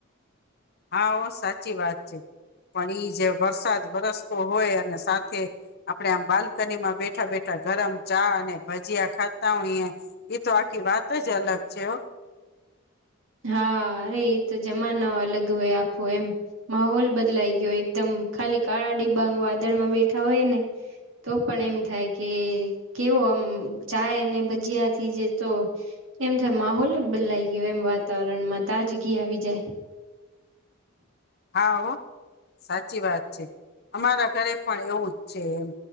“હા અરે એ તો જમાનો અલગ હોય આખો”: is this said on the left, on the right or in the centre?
Right